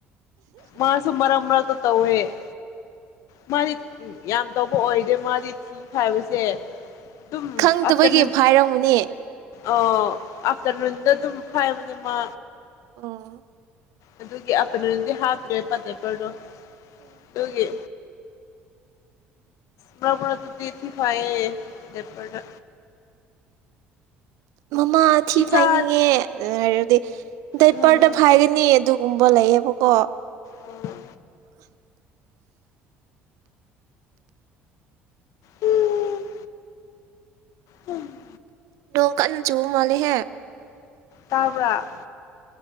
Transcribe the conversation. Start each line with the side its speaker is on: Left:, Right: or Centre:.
Left: ꯃꯥꯁꯨ ꯃꯔꯛ ꯃꯔꯛꯇ ꯇꯧꯋꯦ ꯃꯥꯗꯤ ꯌꯥꯝ ꯇꯧꯕ ꯑꯣꯏꯗꯦ ꯃꯥꯗꯤ ꯊꯤ ꯐꯥꯏꯕꯁꯦ ꯑꯗꯨꯝ
Right: ꯈꯪꯗꯕꯒꯤ
Left: ꯑꯥꯐꯇꯔꯅꯨꯟ
Right: ꯐꯥꯏꯔꯝꯃꯨꯅꯦ
Left: ꯑ ꯑꯐꯇꯔꯅꯨꯟꯗ ꯑꯗꯨꯝ ꯐꯥꯏꯕꯅ‌ꯦ ꯃꯥ
Right: ꯑꯣ
Left: ꯑꯗꯨꯒꯤ ꯑꯐꯇꯔꯅꯨꯟꯗꯤ ꯍꯥꯞ ꯇꯔ‌ꯦꯕ ꯗꯥꯏꯄꯔꯗ‌ꯣ ꯗꯨꯒꯤ ꯃꯔꯛ ꯃꯔꯛꯇꯗꯤ ꯊꯤ ꯐꯥꯏꯌ‌ꯦ ꯗꯥꯏꯄꯔꯗ
Right: ꯃꯃꯥ ꯊꯤ
Left: ꯏꯆꯥ
Right: ꯐꯥꯏꯅꯤꯡꯉꯦ ꯍꯥꯏꯔꯗꯤ ꯗꯥꯏꯄꯔꯗ
Left: ꯎꯝ
Right: ꯐꯥꯏꯒꯅꯤ ꯑꯗꯨ ꯒꯨꯝꯕ ꯂꯩꯌꯦꯕꯀꯣ
Left: ꯑꯣ ꯎꯝ ꯎꯝ
Right: ꯅ‌ꯣꯡ ꯀꯟꯅ ꯆꯨꯕ ꯃꯥꯜꯂ‌ꯦꯍ‌ꯦ
Left: ꯇꯥꯕ꯭ꯔ